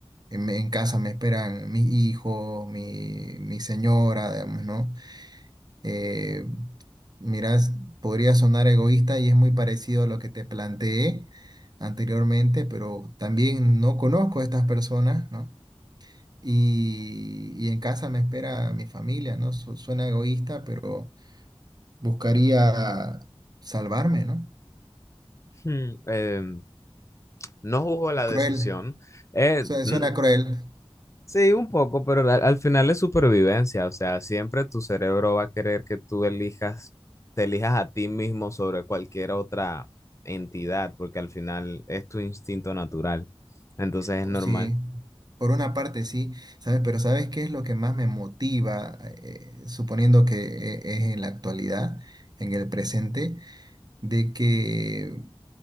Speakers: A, on the right; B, on the left.
A: en, en casa me esperan mis hijos, mi, mi señora, digamos, ¿no? Eh, mirás, podría sonar egoísta y es muy parecido a lo que te planteé anteriormente, pero también no conozco a estas personas, ¿no? y, y en casa me espera mi familia, ¿no? Su- suena egoísta, pero buscaría salvarme, ¿no?
B: Hmm, em, no juzgo la
A: Cruel,
B: decisión. Eh,
A: suena,
B: mm,
A: suena cruel,
B: sí, un poco, pero al, al final es supervivencia. O sea, siempre tu cerebro va a querer que tú elijas, te elijas a ti mismo sobre cualquier otra entidad, porque al final es tu instinto natural. Entonces
A: pues
B: es normal.
A: sí, por una parte sí, ¿sabes? Pero ¿sabes qué es lo que más me motiva, eh, suponiendo que eh, es en la actualidad, en el presente, de que...